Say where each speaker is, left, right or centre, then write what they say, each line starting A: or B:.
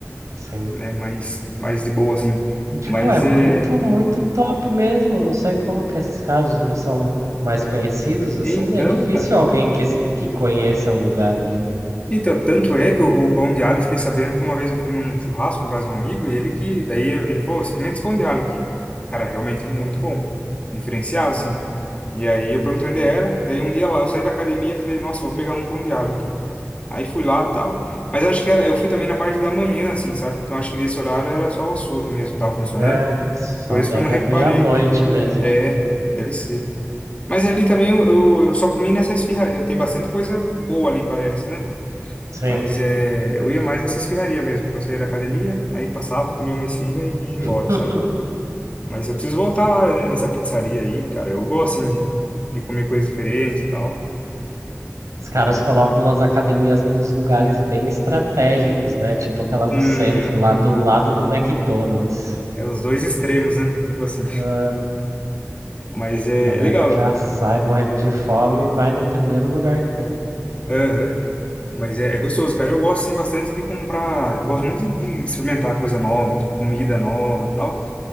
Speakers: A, on the right; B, on the left.
A: Sim.
B: né, mais, mais de boa, assim.
A: E, tipo,
B: Mas,
A: é muito,
B: é...
A: muito top mesmo. Não sei como que esses casos não são mais conhecidos assim,
B: Então,
A: né? É Difícil
B: cara...
A: alguém que, s- que conheça o lugar ali.
B: Então, tanto é que o, o pão de alho, eu fiquei sabendo que uma vez eu fui num churrasco, no caso de um amigo, e ele que... Daí eu- ele falou, experimenta esse pão de alho aqui. Cara, realmente muito bom. Diferenciado, assim. E aí eu perguntei onde era, daí um dia lá eu saí da academia e falei, nossa, vou pegar um pão de alho aqui. Aí fui lá e tal. Mas acho que era, eu fui também na parte da manhã, assim, sabe? Então acho que nesse horário era só o açougue mesmo que tava funcionando.
A: É, só
B: Por isso
A: deve
B: que eu não reparei
A: abrir à noite
B: que.
A: mesmo.
B: É, deve ser. Mas ali também eu, eu, eu só comi nessa esfirra. Tem bastante coisa boa ali, parece, né?
A: Sim.
B: Mas é, eu ia mais nessa esfirraria mesmo, porque eu saía da academia, aí passava, comia uma esfirra e ia embora,
A: <laughs>
B: sabe? Mas eu preciso voltar lá né, nessa pizzaria aí, cara. Eu gosto, assim, de, de comer coisa diferente e tal.
A: Os caras
B: Então,
A: colocam umas academias nos lugares bem estratégicos, né? Tipo aquela do
B: uhum,
A: centro lá, do lado do McDonald's.
B: é os dois extremos, né? Tipo assim.
A: Ah,
B: Mas é,
A: galera
B: é legal.
A: já sai morrendo de fome e vai no primeiro lugar que tem.
B: Aham. Mas é, é gostoso, cara. Eu gosto, sim, bastante de comprar. Eu gosto muito de, de experimentar coisa nova, tipo, comida nova tal.